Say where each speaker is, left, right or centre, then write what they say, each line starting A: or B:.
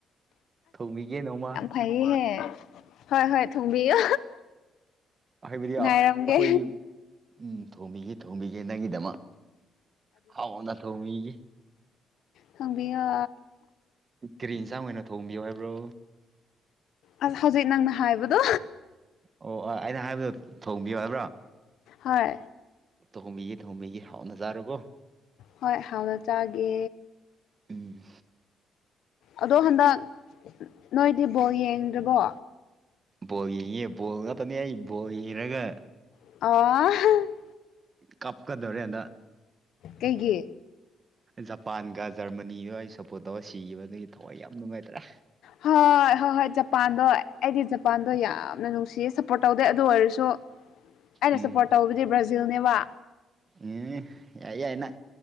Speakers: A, on the right; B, on the left.
A: ꯊꯧꯤꯒꯦ ꯅꯣꯡꯃ
B: ꯐꯩꯍꯦ ꯍꯣꯏ ꯍꯣꯏ ꯊꯣꯡꯕꯤꯌꯨ
A: ꯍꯥꯏꯕꯗꯤ
B: ꯉꯥꯏꯔꯝꯒꯦ
A: ꯑꯩꯈꯣꯏꯒꯤ ꯎꯝ ꯊꯣꯝꯕꯤꯒꯦ ꯊꯣꯡꯕꯤꯒꯦ ꯅꯪꯒꯤꯗꯃꯛ ꯍꯥꯎ ꯅ ꯊ ꯃꯤꯒꯤ
B: ꯐꯪꯕꯤ ꯌꯥ
A: ꯀꯦꯔꯤ ꯏꯟꯁꯥꯡ ꯑꯣꯏꯅ ꯊꯣꯡꯕꯤꯌꯣ ꯍꯥꯏꯕ꯭ꯔꯣ
B: ꯑ ꯍꯧꯖꯤꯛ ꯅꯪꯅ ꯍꯥꯏꯕꯗꯣ
A: ꯑꯣ ꯑꯩꯅ ꯍꯥꯏꯕꯗꯣ ꯊꯣꯡꯕꯤꯌꯨ ꯍꯥꯏꯕ꯭ꯔꯣ
B: ꯍꯣꯏ
A: ꯊꯣꯡꯕꯤꯒꯦ ꯊꯣꯡꯕꯤꯒꯦ ꯍꯥꯎꯅꯖꯥꯔꯨꯀꯣ
B: ꯍꯣꯏ ꯍꯥꯎꯅ ꯆꯥꯒꯦ
A: ꯎꯝ
B: ꯑꯗꯣ ꯍꯟꯗꯛ ꯅꯣꯏꯗꯤ ꯕꯣ ꯌꯦꯡꯗ꯭ꯔꯔꯤꯕꯣ
A: ꯕꯣꯜ ꯌꯦꯡꯉꯤꯦ ꯕꯣꯜ ꯉꯥꯛꯇꯅꯦ ꯑꯩ ꯕꯣꯜ ꯌꯦꯡꯔꯒ
B: ꯑ
A: ꯀꯞ ꯀꯗꯔꯦꯗ
B: ꯀꯩꯒꯤ
A: ꯖꯄꯥꯟꯒ ꯖꯔꯃꯅꯤꯒ ꯑꯩ ꯁꯞꯄꯣꯔꯠ ꯇꯧꯔꯒ ꯁꯤꯈꯤꯕ ꯑꯗꯨꯒꯤ ꯊꯋꯥꯏ ꯌꯥꯝ ꯅꯨꯡꯉꯥꯏꯇ꯭ꯔꯦ
B: ꯍꯣꯏ ꯍꯣꯏ ꯍꯣꯏ ꯖꯄꯥꯟꯗꯣ ꯑꯩꯗꯤ ꯖꯄꯥꯟꯗꯣ ꯌꯥꯝꯅ ꯅꯨꯡꯁꯤꯌꯦ ꯁꯞꯄꯣꯔꯠ ꯇꯧꯗꯦ ꯑꯗꯨ ꯑꯣꯏꯔꯁꯨ ꯑꯩꯅ
A: ꯎꯝ
B: ꯁꯞꯄꯣꯔꯠ ꯇꯧꯕꯗꯤ ꯕ꯭ꯔꯥꯖꯤꯜꯅꯦꯕ
A: ꯎꯝ ꯌꯥꯏ ꯌꯥꯏꯅ